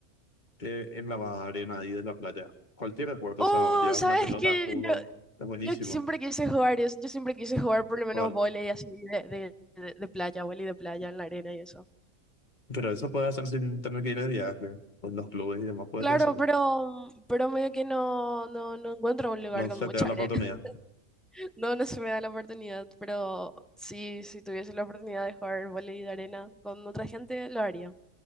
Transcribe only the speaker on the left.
Eh, en la arena ahí de la playa. Cualquier deporte,
o sea, llevas
una pelota
de fútbol,
es buenísimo.
¿Cuál?
Pero eso puedes hacer sin tener que ir de viaje. En los clubes y demás puedes
hacer.
No
se
te da la
oportunidad.